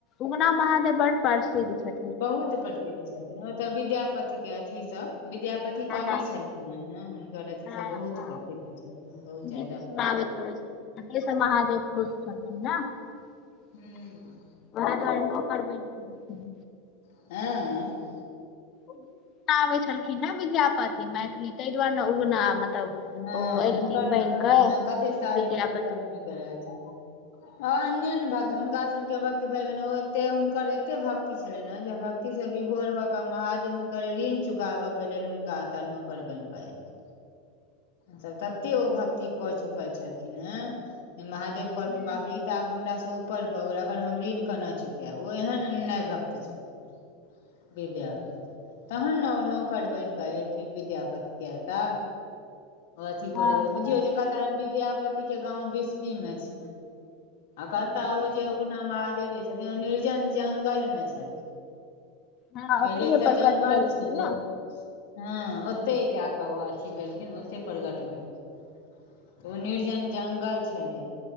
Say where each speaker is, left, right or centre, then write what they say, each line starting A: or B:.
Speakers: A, on the left; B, on the left.
A: उगना महादेव बड़ प्रसिद्ध छै।
B: बहुत प्रसिद्ध छथिन। ओ तऽ'विद्यापति के अथी सब विद्यापति
A: हँ
B: कवि छलखिन। <unintelligible> उनकर अथी
A: हँ
B: सब बहुत
A: हँ
B: प्रसिद्ध छै बहुत
A: गीत
B: जादा
A: सुनाबैत
B: हँ।
A: रहै छलखिन ताहि से महादेव खुश छलखिन ओएह
B: हूँ
A: दुआरे नौकर बइंग
B: <unintelligible>
A: उगना आबै छलखिन ने विद्यापति मैथिली। ताहि दुआरे उगना मतलब
B: हँ
A: ओ एलखिन
B: हुनकर
A: बनि
B: तऽ' कते,
A: कऽ
B: ह, कते साहित्य
A: विद्यापति
B: सभ नीक रहैत छल। अन्यो ने भक्त हुनका स के भक्त भेबेे हुनकर एते भक्ति छलनि ने जे। भक्त से विभोर भऽ'केऽ' महादेव हुनकर ऋण चुकाबय के लेल हुनका ओता नौकर बनि कर ऐलखिन। त तते ओ भक्ति कऽ'चुकल छलखिन। हे जे महादेव कहलखिन
A: हँ
B: बाप रे ई तऽ'आब हमरासँ ऊपर भऽ'गेल अगर हम ऋण केना चुकब ओ एहनन भक्त छलखिनँ। विद्यापति तहन ने ओ नौकर बनि कऽ' एलखिन विद्यापति के तऽ' अथी करै
A: हँ
B: छै
A: हूँ,
B: बुझियौ जे कत विद्यापति के गाँव बिस्फी मे छै। आ
A: हूँ।
B: कतहु ओ जे उगना महादेव जे छथिन ओ निर्जन ज्ंगलमे छलखिन।
A: हँ ओतहिये
B: पहिले तऽ'
A: पर
B: जगल
A: कट लेलखिन
B: छलै हँ ओते जााक क, ओ अथी भेलखिन ओते प्रगट भेलखिन। ओ निर्जन जंगल छलै।